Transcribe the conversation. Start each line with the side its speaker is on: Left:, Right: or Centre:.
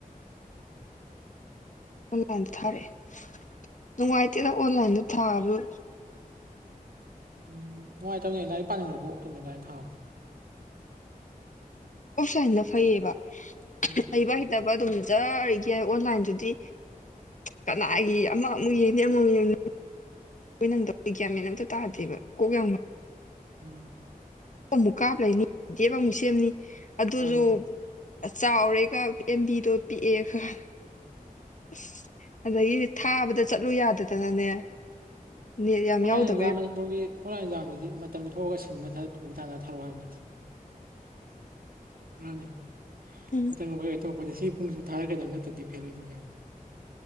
Left: ꯑꯣꯂꯥꯏꯟꯗ ꯊꯥꯔꯛꯑꯦ ꯅꯨꯡꯉꯥꯏꯇꯦꯗ ꯑꯣꯟꯂꯥꯏꯟꯗ ꯊꯥꯕ꯫
Right: ꯎꯝ ꯅꯨꯡꯉꯥꯏꯇꯕꯅꯤꯅꯦ ꯂꯥꯏꯔꯤꯛ ꯄꯥꯅꯤꯡꯕꯗꯨ ꯄꯣꯛꯛꯇꯕꯅꯤ ꯑꯗꯨꯃꯥꯏꯅ ꯊꯥꯕꯗꯨ꯫
Left: ꯑꯣꯐꯂꯥꯏꯟꯗ ꯐꯩꯌꯦꯕ
Right: ꯎꯝ
Left: ꯍꯩꯕ ꯍꯩꯇꯕ ꯑꯗꯨꯝ ꯖꯔꯤꯒ ꯌꯥ ꯑꯣꯟꯂꯥꯏꯟꯗꯨꯗꯤ꯫ ꯀꯅꯥꯒꯤ ꯑꯃ ꯑꯃꯨꯛ ꯌꯦꯡꯅꯤ ꯑꯃꯨꯛ ꯌꯦꯡꯅꯤ꯫ ꯅ ꯑꯩ ꯒ꯭ꯌꯥꯃꯦꯟ ꯑꯇ ꯇꯥꯗꯦꯕ ꯀꯣꯛ ꯌꯥꯝ ꯉꯥꯎ
Right: ꯎꯝ꯫
Left: ꯑꯃꯨꯛ ꯀꯥꯞ ꯂꯩꯅꯤ ꯖꯦꯞ ꯑꯃꯨꯛ ꯁꯦꯝꯅꯤ ꯑꯗꯨꯁꯨ꯫
Right: ꯃꯥꯅꯤ
Left: ꯆꯥꯎꯔꯦꯒ ꯑꯦꯝꯕꯤꯗꯣ ꯄꯤꯛꯑꯦꯒ꯫ ꯑꯁ ꯑꯗꯒꯤ ꯊꯥꯕꯗ ꯆꯠꯂꯨ ꯌꯥꯗꯗꯅꯅꯦ ꯅꯦꯠ ꯌꯥꯝ
Right: ꯑꯣꯟꯂꯥꯏꯟ
Left: ꯌꯥꯎꯗꯕꯩ
Right: ꯑꯦꯛꯖꯥꯝ ꯃꯅꯤꯄꯨꯔꯒꯤ ꯑꯣꯟꯂꯥꯏꯟ ꯑꯦꯛꯖꯥꯝꯗꯨꯗꯤ ꯃꯇꯝ ꯄꯤꯊꯣꯛꯑꯒ ꯁꯤꯟꯕꯗ ꯊꯨꯕ ꯇꯥꯟꯅ ꯊꯥꯔꯛꯑꯣ ꯍꯥꯏꯕꯅꯤ ꯃꯥꯅꯦ
Left: ꯎꯝ
Right: ꯃꯊꯡ ꯍꯧꯌꯦ ꯑꯇꯣꯞꯄꯗ ꯁꯤ ꯄꯨꯡꯁꯨ ꯊꯥꯔꯛꯀꯗꯕꯅꯦ ꯅꯠꯇꯗꯤ ꯐꯦꯜ ꯑꯣꯏꯅꯤ ꯌꯥꯥꯏꯑꯣ